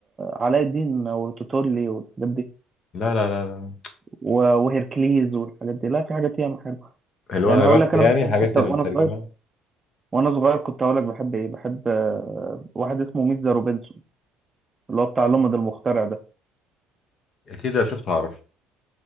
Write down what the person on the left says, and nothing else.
لا لا لا لا
اللي هو
هيراقي
يعني
الحاجات
اللي
مترجمه
اكيد لو شفته هعرف